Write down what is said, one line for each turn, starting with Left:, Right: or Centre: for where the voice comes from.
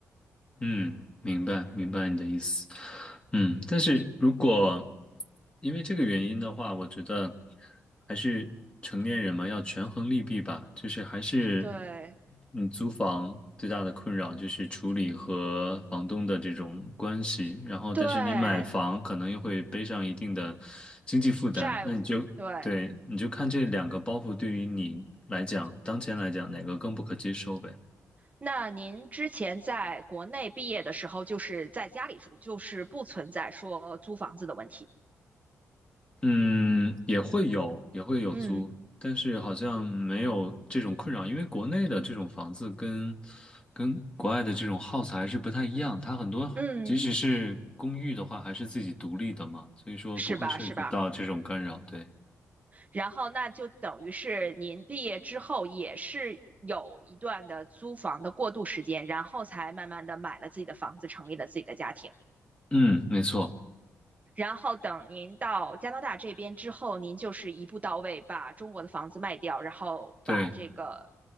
Left: 嗯，明白明白你的意思。嗯，但是如果因为这个原因的话，我觉得还是成年人嘛，要权衡利弊吧。就是还是，
Right: 对
Left: 嗯，租房最大的困扰就是处理和房东的这种关系。然后，
Right: 对，
Left: 但是你买房可能又会背上一定的经济负担，
Right: 债务，
Left: 那你就对，
Right: 对。
Left: 你就看这两个包袱对于你来讲，当前来讲哪个更不可接受呗。
Right: 那您之前在国内毕业的时候，就是在家里住，就是不存在说租房子的问题。
Left: 嗯，也会有，也会有租，
Right: 嗯
Left: 但是好像没有这种困扰，因为国内的这种房子跟跟国外的这种 house 还是不太一样，它很多即使是公寓的话，
Right: 嗯，
Left: 还是自己独立的嘛，所以说不会涉及到这种干扰，
Right: 是吧是吧？
Left: 对。
Right: 然后那就等于是您毕业之后也是有一段的租房的过渡时间，然后才慢慢的买了自己的房子，成立了自己的家庭。
Left: 嗯，没错，
Right: 然后等您到加拿大这边之后，您就是一步到位，把中国的房子卖掉，然后把这个，
Left: 对。